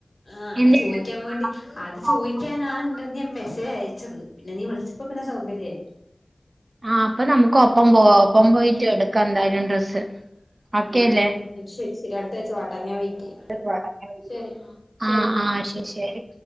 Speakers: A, on the left; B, on the right.
A: ആഹ്അയ്
B: എന്ത്
A: ചോയിക്കാൻ
B: ചെയ്യാൻ
A: വേണ്ടി അത് ചോയിക്കാൻ നാളെ ണ്ടർന്ന് ഞാൻ മെസ്സേജ് അയച്ചത് പിന്നെ നീ വിളിച്ചപ്പോ പിന്നെ സൗകരായി
B: ആ അപ്പ നമുക്കൊപ്പം പോവാ ഒപ്പം പോയിറ്റെടുക്കാ എന്തായാലും ഡ്രസ്സ് ഒക്കെല്ലേ
A: ഉം ശരി ശരി അടുത്താഴ്ച വാട്ടാ ഞാൻ വെയിറ്റ് ചെയ്യാം
B: <unintelligible>
A: ശരി
B: ആ ആ അയ് ശരി ശരി